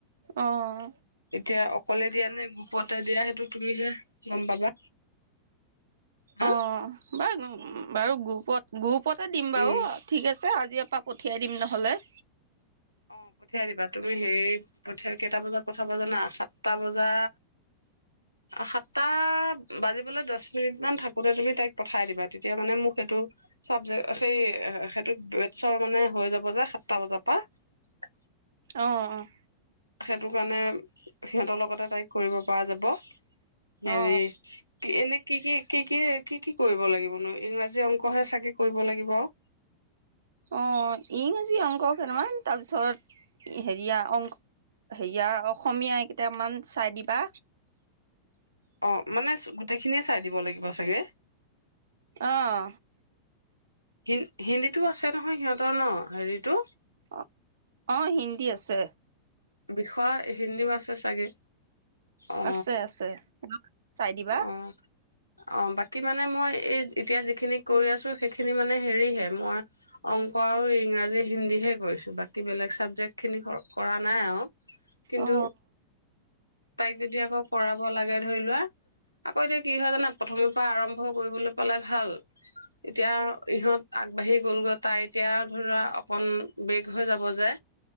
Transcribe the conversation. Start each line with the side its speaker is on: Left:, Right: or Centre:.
Right: অহ।
Left: যে অকলে দিয়া নে গোপতে দিয়া সেইটো তুমিহে গম পাবা। হা
Right: অ'। বাৰ বাৰু গ্ৰুপত গ্ৰুপ পতে দিম বাৰু,
Left: উম
Right: ঠিক আছে। তিয়াৰপা পঠিয়াই দিম নহ'লে।
Left: অ', পঠিয়াই দিবা তুমি সেই পিয়াই কেইটা বজাত পঠাবা জানা সাতটা বজা সাতটা বাজিবলৈ দহ মিনিট মান থাকোতে তুমি তাইক পঠাই দিবা তেতিয়া মানে মোক সেইটো চাবজেক সেই সেইটোটৰ মানে হৈ যাব যে সাতটা বজাৰ পৰা। <inaudible>
Right: অ', অ'।
Left: সেইটো কাৰণে সিহঁতৰ লগতে তাইক কৰিব পৰা যাব। হৰি
Right: অ
Left: কি এনে কি, কি, কি, কি, কি, কি কৰিব লাগিবনো ইংৰাজী অংকহে চাগে কৰিব লাগিব আৰু।
Right: অ', ইংৰাজী অংক কেইটামান তাৰপিছত হেৰিয়া অংক হেৰিয়া অং অসমীয়া কেইটামান চাই দিবা।
Left: অ', মানে গোটেইখিনিয়ে চাই দিব লাগিব চাগে?
Right: অহ।
Left: হি হিন্দীতটো আছে নহয় সিহঁতৰ ন' হেৰিটো?
Right: অ', অ', হিন্দী আছে।
Left: বিষয় হিন্দীও আছে চাগে। অ
Right: আছে, আছে। চাই দিবা।
Left: অ অ', বাকী মানে মই এই এতিয়া যিখিনি কৰি আছো সেইখিনি মানে হেৰিহে মই অংক আৰু ইংৰাজী হিন্দীহে কৰিছো বাকী বেলেগ চাবজেক্ট খিনি কৰা নাই আৰু। কিন্তু
Right: অ
Left: তাইক যদি আকৌ কৰাব লাগে ধৰি লোৱা আকৌ এতিয়া কি হয় জানা প্ৰথমে পৰা আৰম্ভ কৰিবলৈ পালে ভাল এতিয়া ইহঁত আগবাঢ়ি গলগৈ তাই এতিয়া ধৰিলোৱা অকন বেগ হৈ যাব যে।